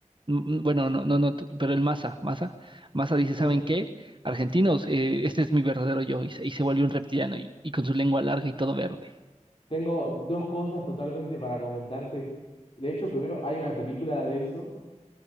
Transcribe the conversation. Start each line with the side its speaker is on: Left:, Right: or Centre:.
Right: Mm, mm, Bueno, no, no, no, tú, pero el Massa, Massa, Massa dice, ¿saben
Left: sí.
Right: qué? Argentinos, eh, este es mi verdadero yo y se, y se vuelve un reptiliano y, y con su lengua larga y todo verde.
Left: Tengo dos cosas totalmente para comentarte. De hecho, primero hay una película de eso